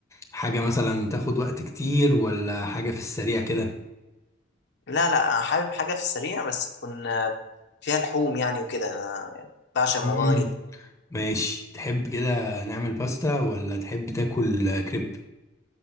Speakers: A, on the left; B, on the left.
A: حاجة مثلا تاخد وقت كتير ولا حاجة في السريع كده
B: لا لا انا حابب حاجه في السريع بس تكون آه، فيها لحوم يعني وكده انا يعني بعشق الموضوع
A: امم
B: ده جدا
A: ماشي تحب كده نعمل باستا ولا تحب تاكل آه، كريب